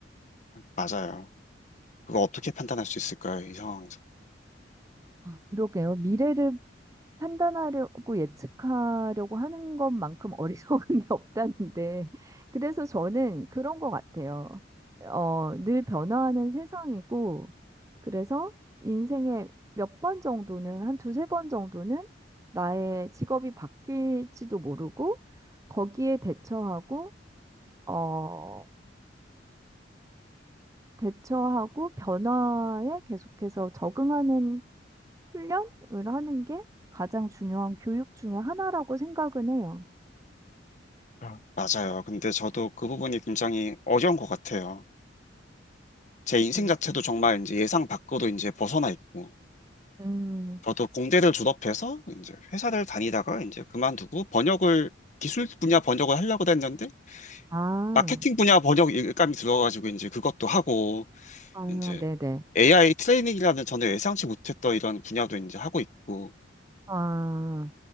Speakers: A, on the left (about 40°); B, on the right (about 15°).
A: 맞아요. 그거 어떻게 판단할 수 있을까요? 이 상황에서.
B: 아, 그러게요. 미래를 판단하려고 예측하려고 하는 것만큼 어리석은 <laughs> 게 없다는데, 그래서 저는 그런 것 같아요. 어, 늘 변화하는 세상이고, 그래서 인생의 몇 번 정도는, 한 두세 번 정도는 나의 직업이 바뀔지도 모르고, 거기에 대처하고, 어, 대처하고 변화에 계속해서 적응하는 훈련을 하는 게 가장 중요한 교육 중에 하나라고 생각은 해요.
A: 아, 맞아요. 근데 저도 그 부분이 굉장히 어려운 것 같아요. 제 인생
B: 음,
A: 자체도
B: 그쵸.
A: 정말 이제 예상 밖으로 이제 벗어나 있고,
B: 음,
A: 저도 공대를 졸업해서 이제 회사를 다니다가 이제 그만두고 번역을, 기술 분야 번역을 하려고 했는데,
B: 아,
A: 마케팅 분야 번역 일감이 들어가지고 이제 그것도 하고,
B: 아,
A: 이제
B: 네네.
A: AI 트레이닝이라는 저는 예상치 못했던 이런 분야도 이제 하고 있고,
B: 아,